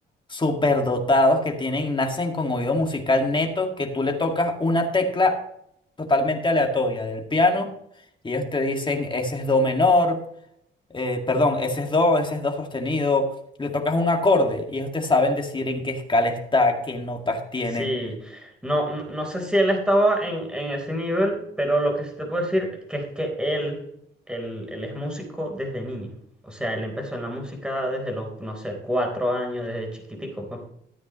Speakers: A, on the left; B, in the centre.
A: superdotados, que tienen, nacen con oído musical neto, que tú le tocas una tecla totalmente aleatoria del piano y ellos te dicen, ese es do menor, eh, perdón, ese es do, ese es do sostenido, le tocas un acorde y ellos te saben decir en qué escala está, qué notas tiene.
B: Sí, no, no, no sé si él estaba en, en ese nivel, pero lo que sí te puedo decir que es que él, él, él es músico desde niño. O sea, él empezó en la música desde los, no sé, cuatro años, desde chiquitico, pues.